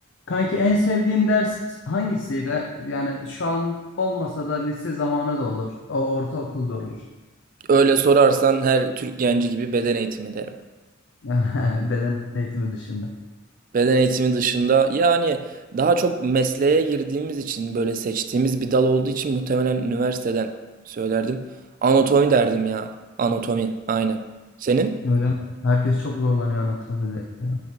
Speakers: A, on the left; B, on the right.
A: Kanki en sevdiğin ders hangisiydi? Yani şu an olmasa da lise zamanı da olur. O ortaokulda olur.
B: Öyle sorarsan her Türk genci gibi beden eğitimi derim.
A: <laughs> Beden eğitimi dışında.
B: Beden eğitimi dışında yani daha çok mesleğe girdiğimiz için böyle seçtiğimiz bir dal olduğu için muhtemelen üniversiteden söylerdim. Anatomi derdim ya. Anatomi aynen. Senin?
A: Öyle mi? Herkes çok zorlanıyor anatomide ya.